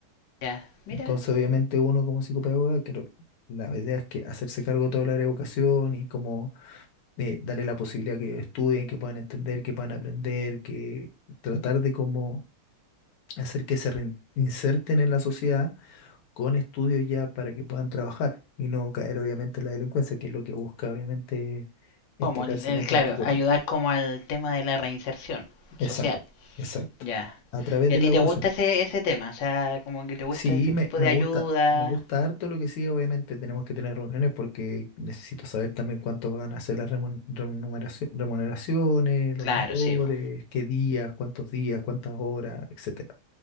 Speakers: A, on the left; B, on the left.
A: Ya, mira.
B: Entonces, obviamente, uno como psicopedagoga, creo, la idea es que hacerse cargo de toda la área de educación y como eh, darle la posibilidad que estudien, que puedan entender, que puedan aprender, que tratar de como hacer que se reinserten en la sociedad con estudios ya para que puedan trabajar y no caer obviamente en la delincuencia, que es lo que busca obviamente esta
A: Como, el,
B: cárcel
A: el-
B: en particular.
A: claro, ayudar como al tema de la reinserción social.
B: Exacto, exacto.
A: Ya.
B: A través
A: ¿Y
B: de
A: a ti
B: la educación.
A: te gusta ese, ese tema? O sea, como que te gusta
B: Sí,
A: ese
B: me,
A: tipo
B: me
A: de
B: gusta,
A: ayuda.
B: me gusta harto lo que sí, obviamente tenemos que tener reuniones porque necesito saber también cuánto van a ser las remun- remuneracio- remuneraciones, los
A: Claro,
B: valores,
A: sí. po.
B: qué días, cuántos días, cuántas horas, etc.